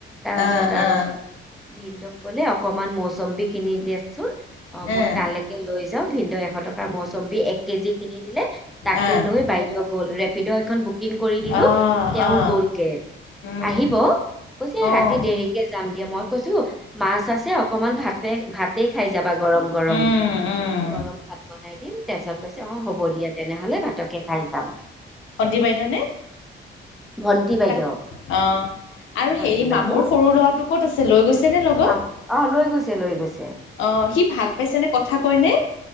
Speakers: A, in the centre; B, on the left.
A: তাৰপিছত
B: অ',
A: আৰু
B: অ',
A: ভিনদেউ ক কলে অকমান মৌচম্বীক খিনি দিয়াচোন অ
B: উম,
A: মই তালৈকে লৈ যাম ভি এশ টকাৰ মৌচম্বী এক কেজি কিনি দিলে তাকে
B: অ',
A: লৈ বাইদেউ গ'ল ৰেপিড' এখন বু বুকিং কৰি দিলো
B: অ',
A: তেওঁ
B: অ',
A: গ'লগৈ
B: উম।
A: আহিব কৈছে
B: অ',
A: ৰাতি দেৰিকে যাম দিয়া মই কৈছো মা চাছ যে অকনমান ভা ভাতে খাই যাবা গৰম গৰম
B: উম, উম,
A: গৰম ভাত বনাই দিম তাৰ পিছত কৈছে অ হ'ব দিয়া তেনেহলে ভাতককে খাই যাম
B: ভণ্টী বাইদেউ নে
A: ভন্টি বাইদেউ
B: ক আহ আৰু
A: অ ভন্টি
B: হেৰি
A: বাইদেউ
B: মামুৰ সৰু ল'ৰাটো ক'ত আছে লৈ গৈছে ন লগত
A: পাম অ লৈ গৈছে লৈ গৈছে
B: অ সি ভাল পাইছে নে কথা কয় নে